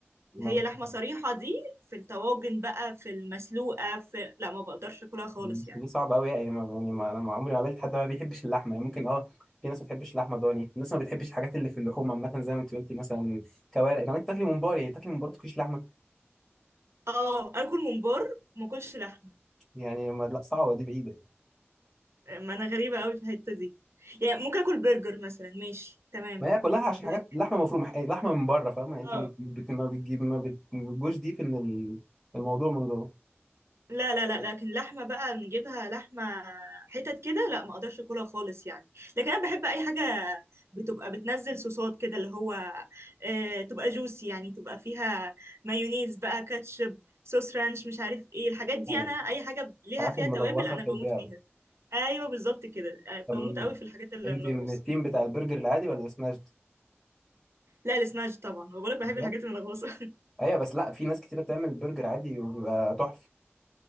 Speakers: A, on the right; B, in the centre.
A: اللي
B: ما
A: هي
B: بتحبها
A: لحمة صريحة دي في الطواجن بقى في المسلوقة في لا ما بقدرش اكلها خالص
B: مش
A: يعني
B: دي صعبه قوي يعني ما يعني ما انا ما عمري ما قابلت حد ما بيحبش اللحمه يعني ممكن اه في ناس ما بتحبش اللحمه ضاني في ناس ما بتحبش الحاجات اللي في اللحوم عامه زي ما انت قلتي مثلا كوارع طب انت تاكلي ممبار يعني تاكلي ممبار تاكليش لحمه
A: اه اكل ممبار ما اكلش لحمة
B: يعني ما لا صعبه دي بعيده
A: ما انا غريبة قوي في الحتة دي يعني ممكن اكل برجر مثلا ماشي تمام
B: ما هي كلها عشان
A: لكن
B: حاجات لحمه مفرومه يعني لحمه من بره فاهمه يعني
A: اه
B: انت بت- بت- ما بتجيب ما بت- ما بتجوش ديب ان ال- الموضوع من جوه
A: لا لا لا لكن لحمة بقى بنجيبها لحمة حتت كده لا ما اقدرش اكلها خالص يعني لكن انا بحب اي حاجة بتبقى بتنزل صوصات كده اللي هو آه تبقى جوسي يعني تبقى فيها مايونيز بقى كاتشب صوص رانش مش عارف ايه الحاجات دي
B: أيوة.
A: انا اي حاجة ليها
B: الحاجات
A: فيها
B: الملغوصه
A: توابل انا
B: تحبيها
A: بموت فيها ايوه بالظبط كده آه،
B: طب
A: بموت قوي في الحاجات اللي
B: انت
A: ملغوصة
B: من التيم بتاع البرجر العادي ولا سماشد؟
A: لا السماش طبعا بقولك بحب
B: أيوة
A: الحاجات الملغوصة <laughs>
B: أيوة، بس لا في ناس كتيرة بتعمل برجر عادي وبيبقى تحفة